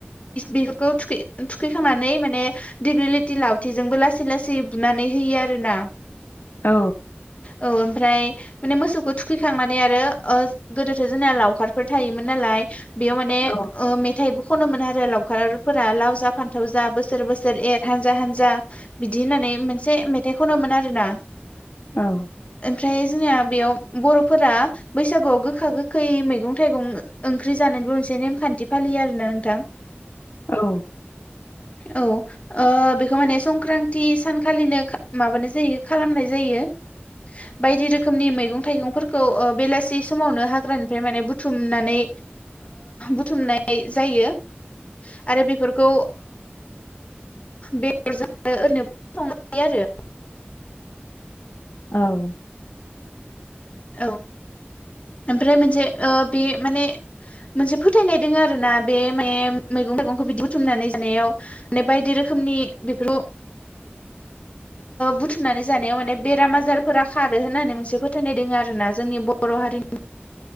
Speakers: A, on the left; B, on the left.
A: बेफोरखौ थुखै थुखैखांनानै माने डिग्लिटि लावथिजोंबो लासै लासै बुनानै होयो आरोना
B: औ
A: औ ओमफ्राय माने मोसौखौ थुखैखांनानै आरो गोदोथ' जोंना लावखारफोर थायोमोन नालाय बेयाव माने
B: औ
A: मेथाइबो खनो मोन आरो लावखारफोरा लाव जा फान्थाव जा बोसोर बोसोर एर हानजा हानजा बिदि होननानै मोनसे मेथाइ खनोमोन आरोना
B: औ
A: ओमफ्राय जोंनिया बेयाव बर'फोरा बैसागुआव गोखा गोखै मैगं थाइगं ओंख्रि जानायबो मोनसे नेमखान्थि फालियो आरोना नोंथां <inaudible>
B: औ
A: औ बेखौ माने संक्रान्ति सानखालिनो माबानाय जायो खालामनाय जायो बायदि रोख - रोखोमनि मैगं थाइगंफोरखौ बेलासि समावनो हाग्रानिफ्राय माने बुथुमनानै बुथुमनाय जायो आरो बेफोरखौ बेदर <unintelligible> ओरैनो सङोनो आरो
B: औ
A: औ ओमफ्राय मोनसे बे माने मोनसे फोथायनाय दङ आरो ना बे माने मैगं थाइगंखौ बिदि बुथुमनानै जानायाव म बायदि रोखोमनि बेफोराव बुथुमनानै जानायाव माने बेराम आजारफोरा खारो होननानै मोनसे फोथायनाय दोङो आरो आरोना जोंनि बर' हारिनि